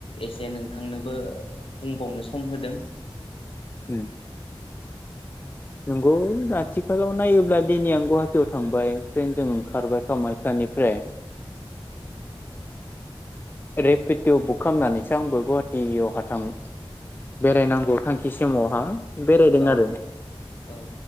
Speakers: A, on the left; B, on the left.
A: एसे नोंथांनोबो बुंबावनो सम होदों।
B: उम नंगौ आथिखालाव नायोब्ला दिनै आं गुवाहाटियाव थांबाय ट्रेनजों ओंखारबाय खामायखानि निफ्राय रेपिट' बुक खालामनानैसो आंबो गुवाहाटियावहा थां बेरायनांगौ थांखि समावहा बेरायदों
A: औ
B: आरो
A: औ